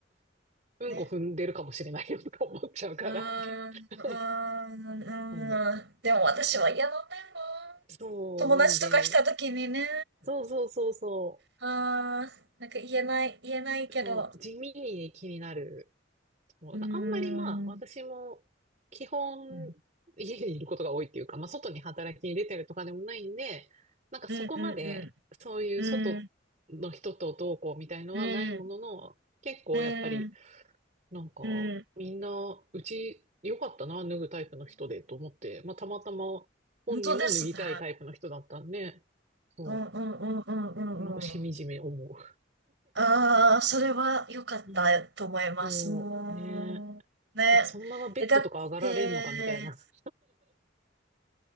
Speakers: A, on the right; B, on the right.
A: うんこ踏んでるかもしれないよとか思っちゃうから。
B: ね。うーん、うーん、
A: <laughs>
B: うーん。
A: そう。
B: でも私は嫌なんだよな。
A: そう、
B: 友達とか来た時にね。
A: なんで、そうそうそうそ
B: ああ、なんか言えない、言えないけど。
A: う、そう、地味に気になる。そうだからあんまりまあ、
B: うーん、うん、
A: 私も基本家にいることが多いっていうか、
B: うん、
A: まあ外に働きに出てるとかでもないんで、なんかそこまでそういう外の人とどうこうみたいのはないものの、
B: うん、うん、うん、うん、
A: 結構やっぱり
B: うん、
A: なんか、
B: うん。
A: みんな、うち良かったな、脱ぐタイプの人でと思って、まあ、たまたま本人も脱ぎたいタイプの人だったんで、
B: 本当ですね。
A: そ
B: うん、うん、うん、うん、う
A: う、なんかしみじみ思
B: ん、うん。ああ、それは良かったと思います。
A: う。うん、そう、
B: もう、
A: ねえ。
B: ね。
A: なんかそのままベッドとか上がられんのかみたいな。
B: え、だって、